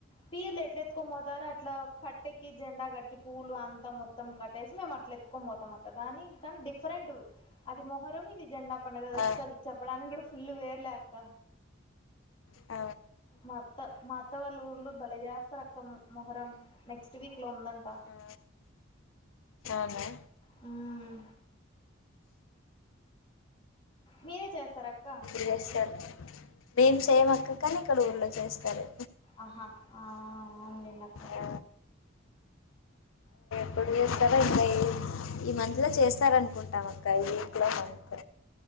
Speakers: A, on the left; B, on the left.
A: పీర్లు ఎట్ల ఎత్తుకొని పోతారు అట్లా కట్టెకి జెండా కట్టి పూలు అంత అంతా మొత్తం కట్టేసి మేము అట్లా ఎత్తుకొని పోతాము అత్త దాని కానీ డిఫరెంట్ అది మొహరం ఇది జెండా పండడుగద అస్సలు
B: ఆ.
A: చెప్పడానికి కూడా ఫుల్లు వేర్లేక్క
B: ఆ
A: మాత్త మాత్త వాళ్ళ ఊర్లు బలేజైస్తరక్క మొహరం నెక్స్ట్ వీక్ లో ఉందంట
B: ఆ అవునా
A: హుం మీరేచేస్తారక్క
B: చేస్తరు మేం చేయమక్క కానీ ఇక్కడ ఊళ్ళో చేస్తారు
A: ఆహా ఆ ఆందింనాక్క
B: ఆ ఇప్పుడు చేస్తారో ఇంకా ఈ మంత్ లో చేస్తార అనుకుంటాం అక్క ఈ వక్ లో మంత్